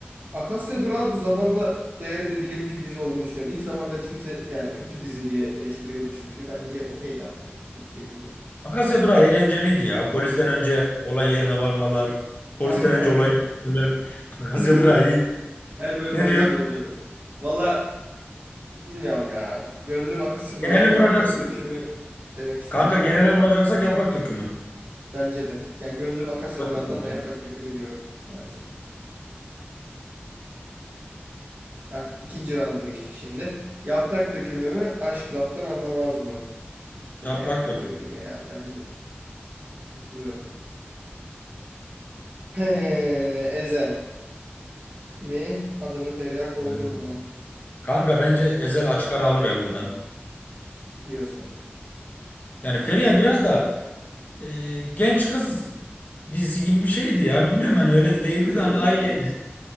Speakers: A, on the right; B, on the left.
A: Akasya Durağı da zamanla değeri de bilinmiş bir dizi olduğunu düşünüyorum. İlk zamanlar hiç kimse yani kötü dizi diye eleştiriyordu çünkü. Bence okeydi ama yani. Kötü değildi yani.
B: Akasya Durağı eğlenceliydi ya. Polisten önce olay yerine varmalar. Polisten
A: Aynen
B: önce
A: aynen.
B: olay çözmeler. <laughs> Akasya
A: <laughs>
B: Durağı iyi.
A: Her bölüm
B: Ne
A: aynı
B: diyor?
A: şey oluyordu. Valla bilmiyorum ya. Gönlüm Akasya Durağı
B: Genele
A: ama
B: vuracaksın.
A: yaprak dökümü demek isterim.
B: Kanka genele vuracaksak yaprak dökümü.
A: Bence de. Yani gönlüm Akasya
B: Yaprak
A: Duran'da
B: dökümü.
A: ama yaprak dökümü diyorum maalesef. Heh, ikinci rounda geçtik şimdi. Yaprak dökümü mü, aşk laftan anlamaz mı?
B: Yaprak
A: Yine yaprak
B: dökümü.
A: dökümü ya bence de. Katılıyorum. He, Ezel mi? Adını Feriha koydun
B: Aynen.
A: mu?
B: Kanka bence Ezel açık ara alır ya buradan.
A: Diyorsun.
B: Yani Feriha biraz da e, genç kız dizisi gibi bir şeydi ya. Bilmem hani öyle
A: Hatırlıyorum
B: de değildi de hani aileyle.
A: evet.